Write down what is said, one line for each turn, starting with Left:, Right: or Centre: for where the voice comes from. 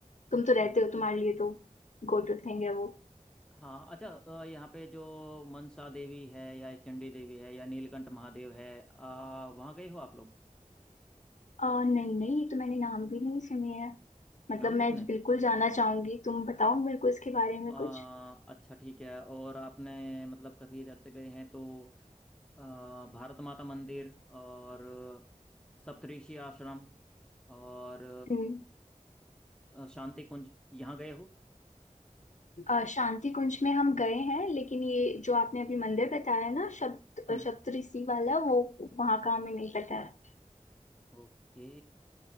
Left: तुम तो रहते
Centre: हम्म।
Left: हो तुम्हारे लिए तो गो टू थिंग है वो
Centre: हाँ अच्छा अ, यहाँ पे जो मनसा देवी है या चंडी देवी है या नीलकंठ महादेव है आ, वहाँ गए हो आप लोग
Left: अ, नहीं नहीं ये तो मैंने नाम भी नहीं सुने हैं मतलब
Centre: नाम
Left: मैं
Centre: नहीं सुने
Left: बिल्कुल जाना चाहूंगी तुम बताओ मेरे को इसके बारे में
Centre: आ,
Left: कुछ
Centre: अच्छा ठीक है और आपने मतलब कभी इधर से गए हैं तो अ, भारत माता मंदिर और सप्तऋषि आश्रम और
Left: हम्म
Centre: अ, शांति कुंज यहाँ गए हो
Left: अ, शांति कुंज में हम गए हैं लेकिन ये जो आपने अभी मंदिर बताया ना शब्द
Centre: हम्म
Left: शब्द ऋषि वाला वो वहां का हमें नहीं पता है
Centre: ओके